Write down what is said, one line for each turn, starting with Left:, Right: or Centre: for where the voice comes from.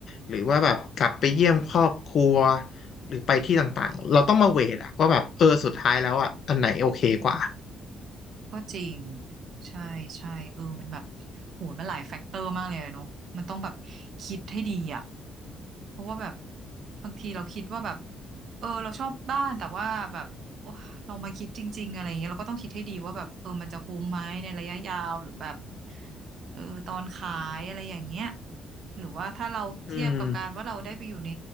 Left: หรือว่าแบบกลับไปเยี่ยมครอบครัวหรือไปที่ต่างๆเราต้องมาเวทอะว่าแบบเออสุดท้ายแล้วอะอันไหนโอเคกว่า
Right: ก็จริงใช่ใช่เออมันแบบโหมันหลายแฟกเตอร์มากเลยอะเนาะมันต้องแบบคิดให้ดีอ่ะเพราะว่าแบบบางทีเราคิดว่าแบบเออเราชอบบ้านแต่ว่าแบบโอ้เรามาคิดจริงๆอะไรอย่างเงี้ยเราก็ต้องคิดให้ดีว่าแบบเออมันจะคุ้มไหมในระยะยาวหรือแบบเออตอนขายอะไรอย่างเงี้ยหรือว่าถ้าเราเทียบกับการว่าเราได้ไปอยู่ใน
Left: อืม